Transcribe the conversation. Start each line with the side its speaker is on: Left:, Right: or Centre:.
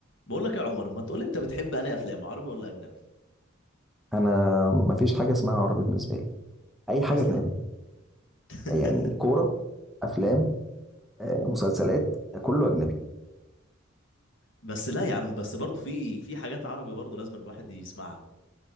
Left: بقول لك يا عمر ما تقول انت بتحب انهي افلام عربي ولا اجنبي
Centre: انا ما فيش حاجه اسمها عربي بالنسبه لي اي حاجه
Left: اصلا
Centre: اجنبي
Left: <laughs>
Centre: يعني كوره افلام آه، مسلسلات آه، كله اجنبي
Left: بس لا يا عم بس برضه في في حاجات عربي برضه لازم الواحد يسمعها